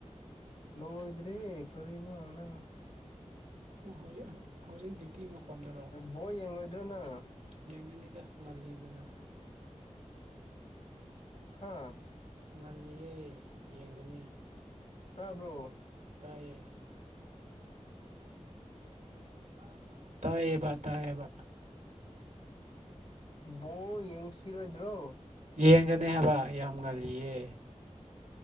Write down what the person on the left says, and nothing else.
ꯂꯣꯏꯗ꯭ꯔꯤ ꯀꯔꯤ ꯅꯣ ꯅꯪ
ꯕꯣꯏ ꯌꯦꯡꯉꯣꯏꯗ꯭ꯔꯣꯅ
ꯍꯥꯥ
ꯇꯥꯕ꯭ꯔꯣ
ꯕꯣꯜ ꯌꯦꯡꯈꯤꯔꯣꯏꯗ꯭ꯔꯣ